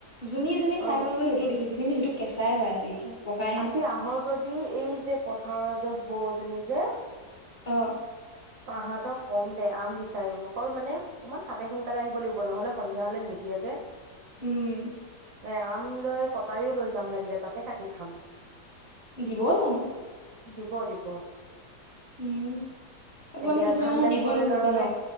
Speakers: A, on the left; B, on the right.
A: যুমি জুমি
B: অ'।
A: চাই গৈ সেইটো দেখিছো। যি সেইটো কেঁচাই হৈ আছে এতিয়া। পকাই
B: আজি
A: নাই
B: আহ যদি এই যে পথাৰৰ যে। বৌএজন যে।
A: অ
B: তাহতক কম দে আম বিচাৰিম অকল মানে অকমান সাতে সোনকালে আহিব লাগিব নহলে সন্ধিয়া হলে নিদিয়ে যে।
A: উম
B: এ আম লৈ কটাৰীও লৈ যাম লাগিলে তাতে কাটি খাম
A: দিব চাগে
B: দিব দিব
A: উম তাক মানে
B: এতিয়া
A: কিছুমান
B: ধান
A: মানুহে
B: কাটিবলৈ
A: দিব নোখোজে
B: কাৰণে
A: ন